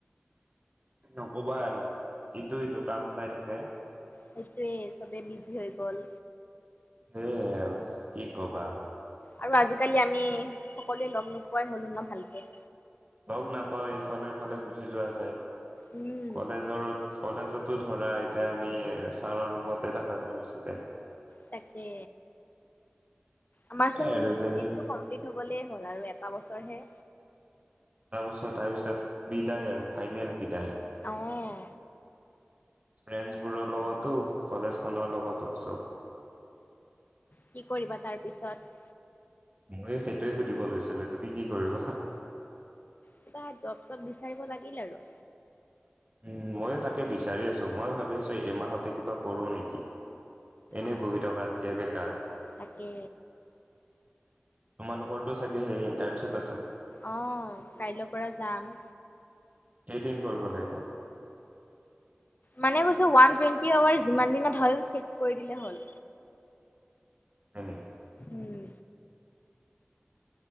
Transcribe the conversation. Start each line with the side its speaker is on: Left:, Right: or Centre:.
Right: নকবা আৰু ইটো সিটো কাম ওলাই থাকে।
Left: সেইটোৱে চবেই বিজি হৈ গল।
Right: সেয়ে আৰু কি কবা।
Left: আৰু আজিকালি আমি সকলোৱে লগ নোপোৱাই হলো নহ ভালকে।
Right: লগ নাপাওঁ এইফালে সিফালে গুচি যোৱা যায়।
Left: উম
Right: কলেজৰ কলেজতো ধৰা এতিয়া আমি ছাৰৰ ৰুমতে থকা যায় বেছি টাইম।
Left: তাকে। আমাৰ চোন
Right: এ আৰু বেলেগ
Left: ডিগ্ৰীটো কমপ্লিট হবলে হল আৰু এট এটা বছৰহে।
Right: এটাৰ বছত তাৰ পিছত বিদায় আৰু ফাইনেল বিদায়।
Left: অহ।
Right: ফ্ৰেণ্ডছবোৰৰ লগতো কলেজখনৰ লগতো চব।
Left: কি কৰিবা তাৰ পিছত
Right: ময়ো সেইটোৱে সুধিব লৈছিলো তুমি কি কৰিবা?
Left: কিবা জব চপ বিচাৰিব লাগিল আৰু
Right: উ ময়ো তাকে বিচাৰি আছো মই ভাবি আছো এইমাহতে কিবা কৰো নেকি। এনেই
Left: অ
Right: বহি থকাত যে বেকাৰ।
Left: তাকে।
Right: তোমালোকৰতো চাগে সেই ইণ্টাৰ্নশিপ আছে।
Left: অহ কাইলৈ পৰা যাম।
Right: কেইদিন কৰিব লাগিব।
Left: মানে কৈছো ওৱান টুৱেণ্টি আৱাৰ যিমান দিনত হ'ল শেষ কৰি দিলেই হ'ল।
Right: হয় নি
Left: উম।